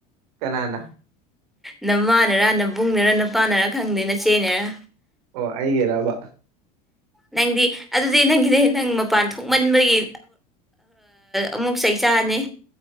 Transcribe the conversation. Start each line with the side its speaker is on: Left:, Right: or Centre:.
Right: ꯀꯅꯥꯅ
Centre: ꯅꯃꯥꯟꯅꯔ ꯅꯕꯨꯡꯅꯔ ꯅ ꯄꯥꯟꯅꯔꯥ ꯈꯪꯗꯦ ꯅ ꯆꯦꯅꯔ
Right: ꯑꯣ ꯑꯩꯒꯤꯔꯕ
Centre: ꯅꯪꯗꯤ ꯑꯗꯨꯗꯤ ꯅꯪꯒꯤꯗꯤ ꯅꯪ ꯃꯄꯥꯟ ꯊꯣꯛꯃꯟꯕꯒꯤ ꯑꯃꯨꯛ ꯆꯩ ꯆꯥꯅꯤ